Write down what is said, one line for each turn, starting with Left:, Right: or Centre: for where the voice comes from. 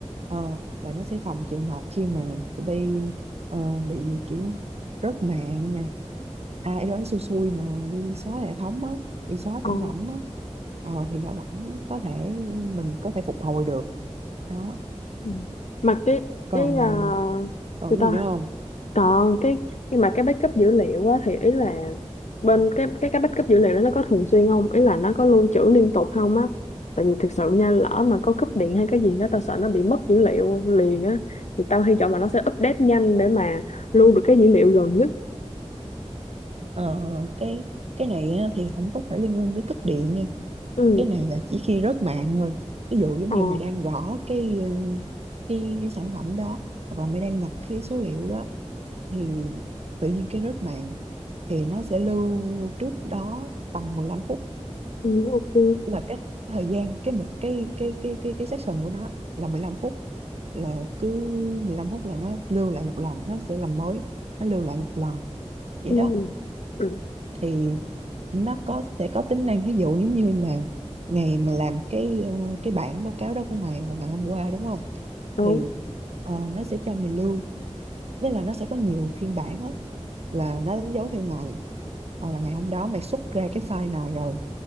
Right: ờ là nó sẽ phòng trường hợp khi mà tụi bay ờ, bị kiểu rớt mạng nè ai đó xui xui mà đi xóa hệ thống á đi xóa
Left: ồ
Right: sản phẩm á ờ thì nó vẫn có thể mình có thể phục hồi được đó
Left: Ừ. mà cái
Right: còn
Left: cái à,
Right: còn
Left: người
Right: cái
Left: ta
Right: gì nữa không
Left: còn cái nhưng mà cái backup dữ liệu á thì ý là bên cái cái cái backup dữ liệu đó nó có thường xuyên không ý là nó có lưu trữ liên tục không á tại vì thực sự nha lỡ mà có cúp điện hay cái gì đó tao sợ nó bị mất dữ liệu liền á thì tao hy vọng là nó sẽ update nhanh để mà lưu được cái dữ liệu gần nhất
Right: ờ, cái cái này á, thì không có phải liên quan tới cấp điện nha
Left: ừ
Right: cái này là chỉ khi rớt mạng thôi ví dụ giống
Left: ờ
Right: như mày đang gõ cái ờ, cái, cái sản phẩm đó hoặc là mày đang nhập cái số liệu đó thì tự nhiên cái rớt mạng thì nó sẽ lưu trước đó tầm 15 phút
Left: ừ, ok
Right: là cái thời gian cái một cái cái cái cái cái section của nó là 15 phút là cứ 15 phút là nó lưu lại một lần nó sẽ làm mới nó lưu lại một lần vậy
Left: ừ,
Right: đó
Left: ừ
Right: thì nó có sẽ có tính năng ví dụ giống như là ngày mày làm cái ờ, cái bản báo cáo đó của mày là ngày hôm qua đúng không
Left: đúng
Right: thì ờ, nó sẽ cho mày lưu nên là nó sẽ có nhiều phiên bản á là nó đánh dấu theo ngày Ờ, là ngày hôm đó mày xuất ra cái file này rồi